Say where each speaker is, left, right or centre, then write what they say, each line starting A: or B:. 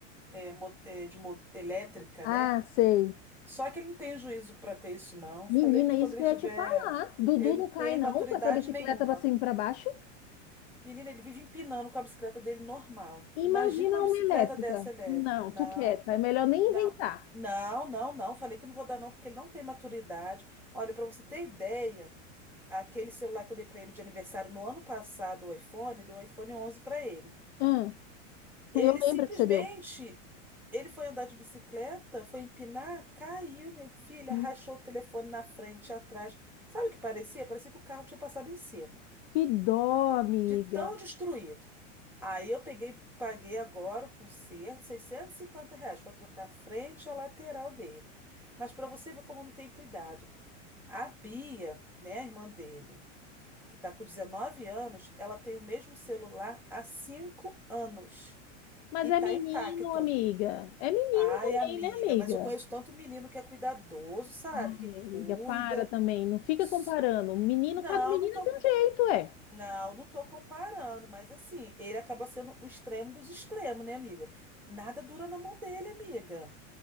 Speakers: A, in the centre; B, on the left (about 55°).
A: é, mo- é, de mo- elétrica,
B: Ah,
A: né?
B: sei.
A: Só que ele não tem juízo para ter isso, não.
B: Menina,
A: Falei que
B: isso
A: quando ele
B: que eu
A: tiver.
B: ia te falar. Dudu
A: Ele
B: não
A: não
B: cai,
A: tem
B: não,
A: maturidade
B: com essa bicicleta
A: nenhuma.
B: pra cima e pra baixo.
A: Menina, ele vive empinando com a bicicleta dele normal.
B: Imagina
A: Imagina uma bicicleta
B: uma elétrica.
A: dessa elétrica.
B: Não,
A: Não,
B: tu quieta. É melhor nem
A: não,
B: inventar.
A: não, não, não. Falei que não vou dar, não, porque ele não tem maturidade. Olha, para você ter ideia, aquele celular que eu dei para ele de aniversário no ano passado, o iPhone, deu um iPhone 11 para ele.
B: Hum,
A: Ele
B: eu lembro
A: simplesmente,
B: que você deu.
A: ele foi andar de bicicleta, foi empinar, caiu, minha filha,
B: Hum,
A: rachou o telefone na frente e atrás. Sabe o que parecia? Parecia que o carro tinha passado em cima,
B: Que dó, amiga.
A: de tão destruído. Aí eu peguei, paguei agora com conserto, 650 reais para trocar a frente e a lateral dele. Mas para você ver como não tem cuidado. A Bia, né, a irmã dele, que está com 19 anos, ela tem o mesmo celular há 5 anos
B: Mas
A: e
B: é
A: está
B: menino,
A: intacto.
B: amiga. É menino
A: Ai,
B: também,
A: amiga,
B: né, amiga?
A: mas eu conheço tanto menino que é cuidadoso, sabe?
B: Ai,
A: Que
B: amiga,
A: cuida.
B: para também. Não fica
A: S-
B: comparando. Menino,
A: Não,
B: cada menina
A: não tô,
B: tem um jeito, é.
A: não, não tô comparando, mas assim, ele acaba sendo o extremo dos extremos, né, amiga? Nada dura na mão dele, amiga.